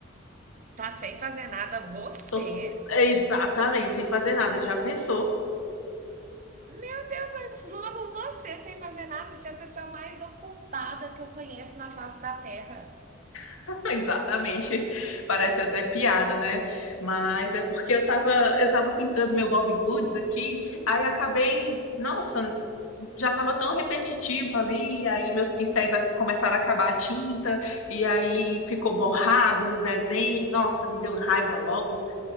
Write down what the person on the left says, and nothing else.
Tô s- exatamente sem fazer nada. Já pensou?
<laughs> Exatamente. Parece até piada, né? Mas é porque eu tava, eu tava pintando meu Bob Goods aqui, aí acabei, nossa, já estava tão repetitivo ali, e aí meus pincéis a- começaram a acabar a tinta, e aí ficou borrado no desenho. Nossa, me deu raiva logo